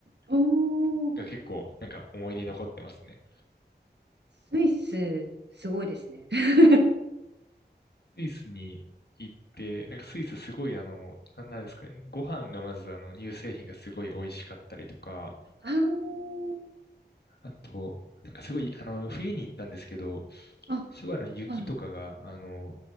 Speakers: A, on the right; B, on the left.
A: おお、
B: が結構なんか思い出に残ってますね。
A: スイス、すごいですね。<laughs>
B: スイスに行って、なんかスイスすごいあの、な、なんですかね。ご飯がまずあの、乳製品がすごい美味しかったりとか、
A: あー
B: あと、なんかすごい、あの、冬に行ったんですけど、
A: あ、
B: すごいあの雪とかが、
A: はい
B: あの、